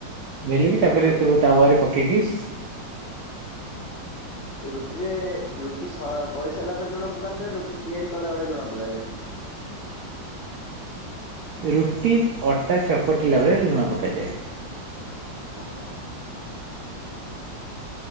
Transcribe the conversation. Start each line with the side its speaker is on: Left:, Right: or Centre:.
Right: ବେଲିକି ତାପରେ
Left: ରୁଟି
Right: ତାକୁ ତାୱରେ ପ କେଗିସ୍
Left: ରୁଟିରେ ରୁଟି ଶ୍ କରି ସାରିଲା ପରେ ଲୁଣ ପକାନ୍ତିନା ରୁଟି ତିଆରି କଲାବେଳେ ଲୁଣ ପକାଯାଏ।
Right: ରୁଟି ଅଟା ଚକଟିଲା ବେଳେ ଲୁଣ ପକାଯାଏ।
Left: ଓ ହୋ।